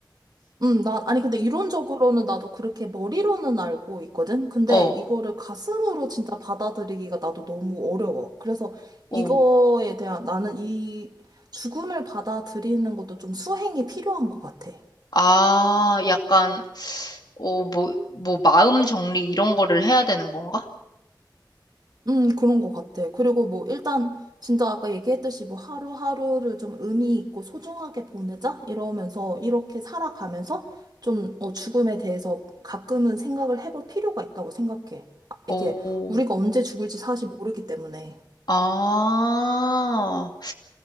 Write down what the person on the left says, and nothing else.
어,
어.
아, 약간, 어, 뭐, 뭐, 마음 정리 이런 거를 해야 되는 건가?
오.
아,